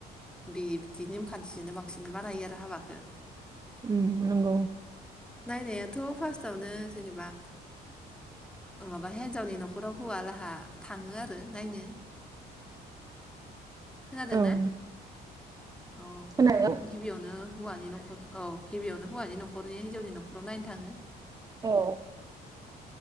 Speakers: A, in the centre; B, on the right.
A: बिदि नेमखान्थिजोंनो बांसिन बानायो आरो हाबाखौ।
B: उम नंगौ।
A: नायनायाथ फार्स्टआवनो जेनेबा माबा हिनजावनि नखराव हौवालाहा थाङो आरो नायनो खोनादों
B: औौ
A: ना? औ
B: खोनादों
A: गिबियावनो हौवानि नखर औ गिबियावनो हौवानि नखरनि हिन्जावनि नखराव नायनो थाङो
B: औ